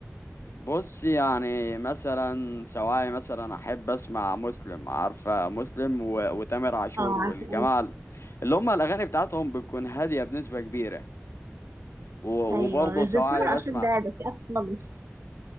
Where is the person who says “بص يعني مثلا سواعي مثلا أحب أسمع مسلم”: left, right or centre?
Left